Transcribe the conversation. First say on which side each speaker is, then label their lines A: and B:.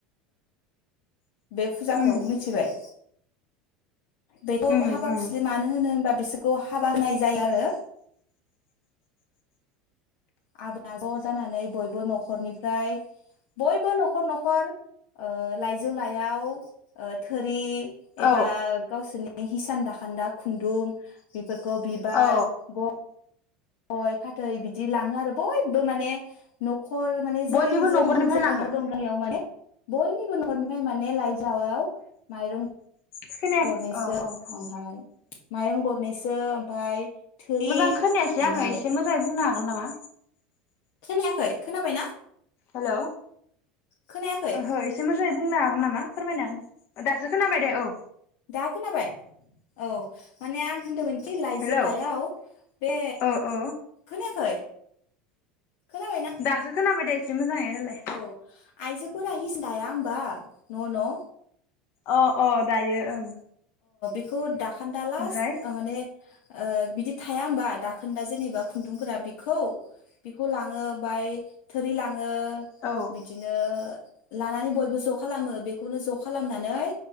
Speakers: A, on the left; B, on the left.
A: बे फुजाखौ
B: उम
A: मिथिबाय? बेखौबो
B: उम
A: हाबा
B: उम
A: खुस्लि मानो होनो होनबा बिसोर बेखौ हाबा होनाय जायो आरो। आबा ज जानानै बयबो नखरनिफ्राय बयबो नखर नखर लाइजौ लाइयाव थोरि एबा
B: औ
A: गावसोनि हिसान दाखान्दा खुन्दुं बि फोरखौ बिबार
B: औ
A: गन गय फाथै बिदि लाङो आरो बयबो माने न खर माने जै
B: बयनिबो
A: जोन
B: न'खरनिफ्राय
A: जायगा
B: लाङो
A: न दं गामियाव माने बयनिबो नखनिफ्राय माने लाइ जावायाव माइरं
B: खोना
A: गरनैसो
B: औ औ औ
A: ओमफाय माइरं गरनैसो ओमफाय थोरि
B: मोजां खोनायासै
A: ओमफाय
B: आङो एसे मोज बुंनो हागोन नामा?
A: खोनायाखै खोनाबायना?
B: हेलौ
A: खोनायाखै
B: ओहो एसे मोजाङै बुंनो हागोन नामा फोरमायनो हागोन दासो खोनाबाय दे औ।
A: दा खोनाबाय औ माने आं होनदोंमोन लाइजोलायाव
B: हेलौ
A: बे
B: औ औ
A: खोनायाखै खोनाबायना
B: दासो खोनाबाय दे। इसे मोजाङै रायलाय
A: औ आइजो फोरा हिस दाया होनबा न न?
B: अ अ दायो ओं
A: <unintelligible> दाखान्दा
B: ओमफ्राय
A: लास्ट माने ओ बिदि थाया होमबा दाखोन दा जेनेबा खुन्दुंफोरा बेखौ बिखौ लाङो ओमफ्राय थोरि ला आङो
B: औ
A: बिदिनो लानानै बयबो ज खालामो बेखौनो ज खालामनानै